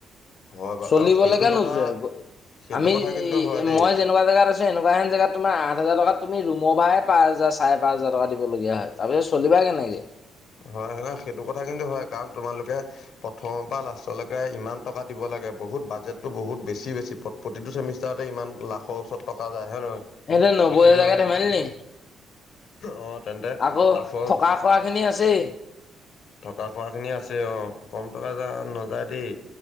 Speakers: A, on the left (about 70°); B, on the left (about 50°).
A: হয় বা
B: চলিব
A: অ সেইটো
B: লৈকে
A: কথা
B: নোযোৰে গৈ,
A: সেইটো
B: আমি
A: কথা
B: ই
A: কিন্তু হয় দেই
B: মই যে এনেকুৱা জেগাত আছে এনেকুৱা যেন জেগাত তোমাৰ আঠ হাজাৰ টকাত তুমি ৰুমৰ ভাৰাই পাঁচ হাজাৰ চাৰে পাঁচ হাজাৰ টকা দিবলগীয়া হয়। তাৰপিছত চলিবা কেনেকে।
A: হয় নহয়, সেইটো কথা কিন্তু হয়, কাৰণ তোমালোকে প্ৰথমৰ পৰা লাষ্টলৈকে ইমান টকা দিব লাগে, বহুত বাজেটটো বহুত বেছি হৈছে। প্র প্ৰতিটো চেমিষ্টাৰতে ইমান লাখৰ ওচৰত টকা যায় হয় নহয়।
B: একে নব্বৈহাজাৰকে
A: কিন্তু
B: ধেমালি নেকি!
A: অ তেন্তে
B: আকৌ
A: লাখৰ
B: থকা-খোৱা খিনি আছেই।
A: থকা খোৱা খিনি আছে অ'। কম টকা যা-নাযায় দেই।